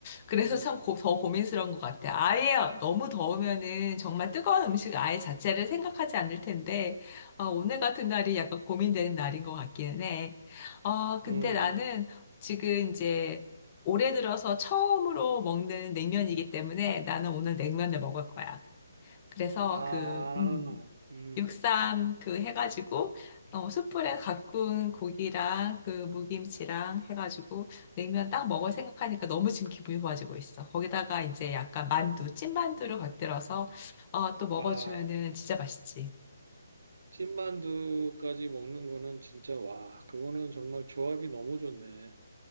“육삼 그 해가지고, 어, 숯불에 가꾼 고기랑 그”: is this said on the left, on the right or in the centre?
Left